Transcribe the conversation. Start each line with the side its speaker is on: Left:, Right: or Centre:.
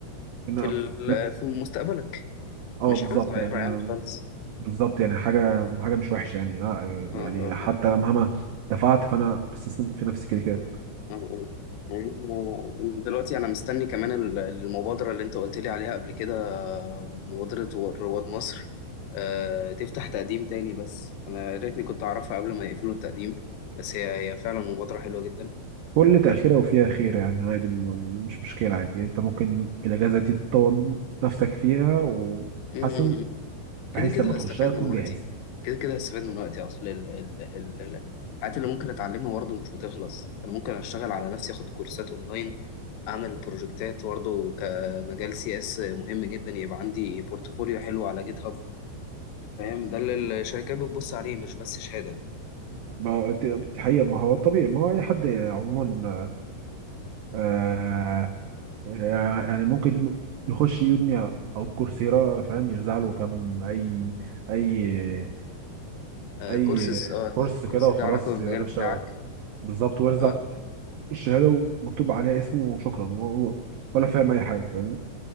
Right: إن
Left: في ال-
Right: في نفس-
Left: في مستقبلك
Right: اه
Left: مش
Right: بالظبط
Left: حاجه صغيره
Right: يعني
Left: يعني خالص
Right: بالظبط يعني حاجه حاجه مش وحشه يعني اه
Left: اه
Right: يعني
Left: اه
Right: حتى
Left: اه
Right: مهما دفعت فانا بستثمر في نفسي كده كده
Left: اه اه. يعني أنا- دلوقتي انا مستني كمان ال- المبادره اللي انت قلت لي عليها قبل كده مبادره و- رواد مصر آه تفتح تقديم تاني بس انا يا ريتني كنت اعرفها قبل ما يقفلوا التقديم بس هي هي فعلا مبادره حلوه جدا
Right: كل تاخيره وفيها خيره يعني عادي م- مش مشكله عادي يعني انت ممكن الاجازه دي تطور نفسك فيها وتحسن
Left: آه كده
Right: بحيث
Left: كده
Right: لما تخشها
Left: هستفاد
Right: تكون
Left: من وقتي
Right: جاهز
Left: كده كده هستفاد من وقتي اصل ال ال ال ال- الحاجات اللي ممكن اتعلمها برضه مش بتخلص انا ممكن اشتغل على نفسي اخد كورسات اونلاين اعمل بروجكتات برضه كمجال سي اس مهم جدا يبقى عندي بورتفوليو حلو على جيت هاب فاهم ده اللي الشركات بتبص عليه مش بس شهادة
Right: ما ت- حقيقة ما هو الطبيعي ما هو اي حد عموما آه آه، يعني ممكن يخش يودمي او كورسيرا فاهم يرزع له كام اي اي
Left: آه
Right: اي
Left: كورسز اه
Right: كورس
Left: كورسز
Right: كده وخلاص
Left: ليه علاقة بالمجال
Right: يا باشا
Left: بتاعك
Right: بالظبط وارزع
Left: آه. آه.
Right: الشهاده ومكتوب عليها اسمه وشكرا و- و- ولا فاهم اي حاجه فاهمني